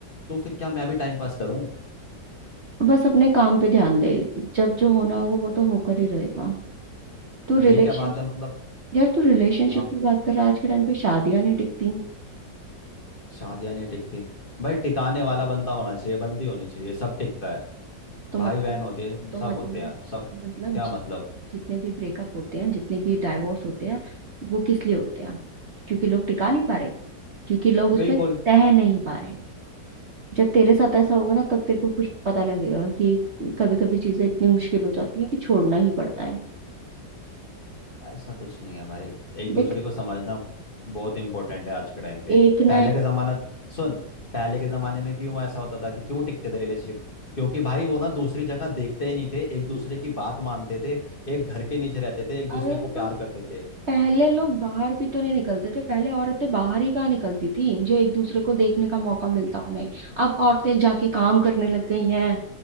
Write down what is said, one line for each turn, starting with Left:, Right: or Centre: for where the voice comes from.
Left: तो फिर क्या मैं भी टाइम पास करूं
Right: बस अपने काम पे ध्यान दे जब जो होना होगा वो तो होकर ही रहेगा तू
Left: ये
Right: रिलेशन
Left: क्या बात है मतलब
Right: यार तू रिलेशनशिप
Left: हाँ
Right: की बात कर रहा है, आज के टाइम पे शादियां नहीं टिकती
Left: शादियां नहीं टिकती भाई टिकाने वाला बंदा होना चाहिए बंदी होनी चाहिए सब टिकता है
Right: तो मतलब
Left: भाई बहन होती है
Right: तो मतलब
Left: सब होते हैं सब
Right: तो मतलब
Left: क्या
Right: जि,
Left: मतलब
Right: जितने भी ब्रेकअप होते हैं जितने भी डाइवोर्स होते हैं वो किस लिए होते हैं क्योंकि लोग टिका नहीं पा रहे क्योंकि लोग उसमें
Left: बिल्कुल
Right: तह नहीं पा रहे जब तेरे साथ ऐसा होगा ना तब तेरे को कुछ पता लगेगा कि कभी कभी चीजें इतनी मुश्किल हो जाती है कि छोड़ना ही पड़ता है
Left: ऐसा कुछ नहीं है भाई एक दूसरे
Right: देख
Left: को समझना बहुत इंपॉर्टेंट है आज के टाइम पे
Right: एक ना
Left: पहले
Right: एक
Left: के जमाना सुन पहले के जमाने में क्यों ऐसा होता था कि क्यों टिकते थे रिलेशनशिप क्योंकि भाई वो ना दूसरी जगह देखते ही नहीं थे एक दूसरे की बात मानते थे एक घर के नीचे रहते थे एक दूसरे
Right: अरे
Left: को प्यार
Right: तो
Left: करते थे
Right: पहले लोग बाहर भी तो नहीं निकलते थे पहले औरतें बाहर ही कहाँ निकलती थी जो एक दूसरे को देखने का मौका मिलता उन्हें अब औरतें जाके काम करने लग गई हैं